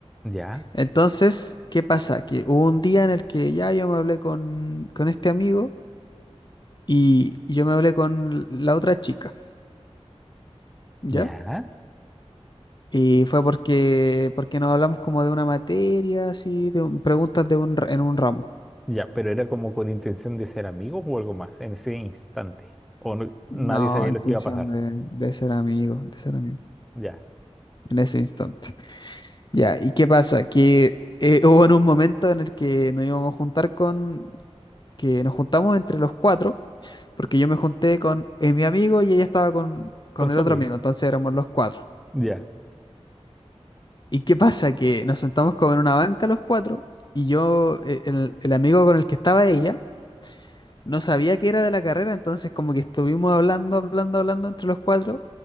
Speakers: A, in the centre; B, on the left.
A: ya,
B: Entonces, ¿qué pasa? Que hubo un día en el que ya yo me hablé con, con este amigo y yo me hablé con la otra chica, ¿ya?
A: ya,
B: Y fue porque, porque nos hablamos como de una materia, así, de un- preguntas de un, ra- en un ramo.
A: ya, pero era como con intención de ser amigos o algo más en ese instante. O no- nadie
B: No,
A: sabía
B: intención
A: lo que iba a pasar.
B: de, de ser amigo, de ser amigo,
A: Ya,
B: en ese instante. Ya, ¿y qué pasa? Que eh, hubo en un momento en el que nos íbamos a juntar con, que nos juntamos entre los cuatro. porque yo me junté con eh, mi amigo y ella estaba con, con
A: con su
B: el otro
A: amiga.
B: amigo, entonces éramos los cuatro.
A: Ya.
B: ¿Y qué pasa? Que nos sentamos como en una banca los cuatro y yo, eh, el, el amigo con el que estaba ella, no sabía que era de la carrera, entonces como que estuvimos hablando, hablando, hablando entre los cuatro